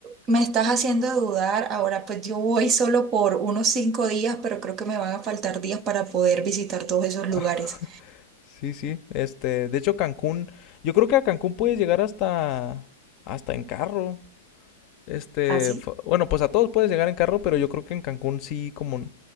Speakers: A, on the right; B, on the left.
A: me estás haciendo dudar. Ahora, pues yo voy solo por unos cinco días, pero creo que me van a faltar días para poder visitar todos esos lugares.
B: Ah, sí, sí. Este, de hecho Cancún, yo creo que a Cancún puedes llegar hasta hasta en carro. Este,
A: ¿Así?
B: fa- bueno, pues a todos puedes llegar en carro, pero yo creo que en Cancún sí como